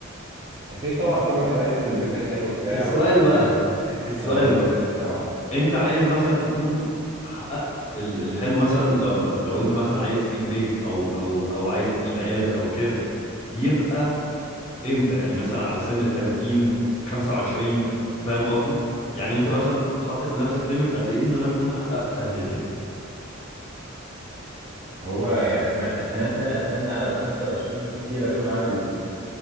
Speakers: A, on the right; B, on the left.
A: اكيد طبعا كل واحد عايز البيت الحلو بتاعه
B: السؤال
A: اللي فيه
B: بقى <laughs> السؤال
A: اه قول لي
B: بقى
A: طيب سامعك
B: انت عايز مثلا تكون حققت ال- الحلم مثلا لو لو انت مثلا عايز تجيب بيت او او او عايز تجيب عيادة او كده يبقى امتى يعني مثلا على سن ال 30 25 فاهم قصدي يعني انت مثلا حاطط لنفسك ليميت قد ايه ان انا اكون حققت اهدافي
A: هو يعني أتم... اتمنى اتمنى على ال 25 بالكتير اكون عامل